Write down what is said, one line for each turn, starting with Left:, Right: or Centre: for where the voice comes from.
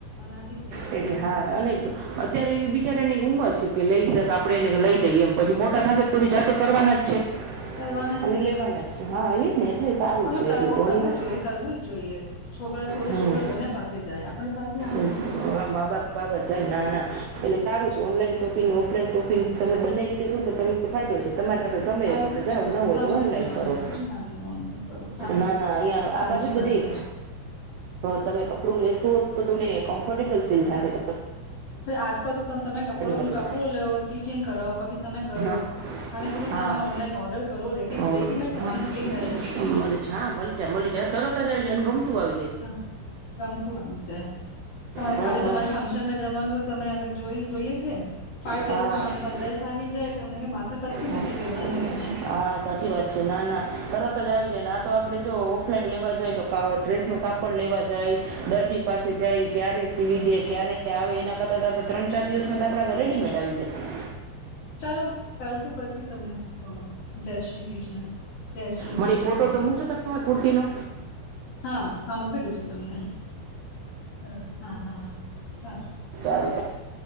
Left: રાજી થઈ જાય
Right: એટલે
Left: રાજી
Right: હા
Left: થઈ જાય
Right: અને અત્યારે એ બિચારાની ઉંમર છે કે લઈ શક આપડે એને લઈ દઈએ એમ પછી મોટા થાશે. તો જાતે કરવાના જ છે.
Left: કરવાના
Right: અને
Left: જ છે
Right: લેવાના જ છે હા એ જ ને એટલે સારું
Left: આપણે
Right: છે
Left: કરવું
Right: એટલું તો ઓનલાઈન
Left: કરવું જોઈએ કરવું જ જોઈએ છોકરા છોરે
Right: હમ
Left: છોકરે કોને પાસે જાય આપણે પાસે આવે
Right: હા
Left: છોકરા તો.
Right: મા બાપ આગળ જાય ના ના એટલે સારું ઓનલાઈન શોપિંગ ઓફલાઈન શોપિંગ તમે બંને રીતે જાઉ તો તમને ફાયદો છે તમારી પાસે સમય
Left: ફાયદો
Right: હોય તો
Left: જ
Right: જાવ
Left: છે તમે
Right: ના હોય
Left: સમય
Right: તો ઓનલાઈન
Left: જાઓ
Right: કરો.
Left: નહી તો ઓનલાઈન કરો સારું
Right: ના ના અહિયાં આ
Left: સાચી
Right: બાજુ બધી
Left: વાત
Right: તમે કપડું લે શું તો તમને કમ્ફર્ટેબલ ફીલ થાય.
Left: આજકાલ તો તમે કપડ
Right: નતું
Left: કપડું લેવ સ્ટિચિંગ કરાવ પછી તમે કરો
Right: હા
Left: આનાથી તો
Right: હા
Left: તમે ઓનલાઈન ઓર્ડર કરો રેડી
Right: બોલો.
Left: રેડીમેડ તમને
Right: હા
Left: મી જાય આપ
Right: મળી જાય હા મળી જાય મળી જ તરત જ આવી જાય ને ગમતું આવે.
Left: હા ગમતું આવી જ જાય તમારે
Right: હા
Left: કાલે
Right: હા
Left: તમારે ફંક્શનમાં જવાનું હોય તમે અગર જોઈ જોઈએ છે ફાઈવ ડેઝમાં
Right: હા
Left: તમારી પાસે ડ્રેસ આવી જાય તમને ક માથ પછચી
Right: હા
Left: નથી કરવાની કાઈ.
Right: હા સાચી વાત છે ના ના તરત આવી જાય. તો આપણે જો ઓફલાઈન લેવા જાય, તો ડ્રેસનું કાપડ લેવા જાય, દરજી પાસે જાય ક્યારે સીવી દે ક્યારે આવે એના કરતા ત્રણ ચાર દિવસમાં તો આપણા રેડીમેડ આવી જાય.
Left: ચાલો કરશુ પછી તમને હો જય શ્રી કૃષ્ણ જય શ્રી.
Right: મને
Left: કૃષ્ણ
Right: ફોટો
Left: હા
Right: તો મૂકશો તમારી કુર્તી નો.
Left: હા હા મૂકી દેેશો. તમને હ હા હા હા હ સારુ ્
Right: ચારુ.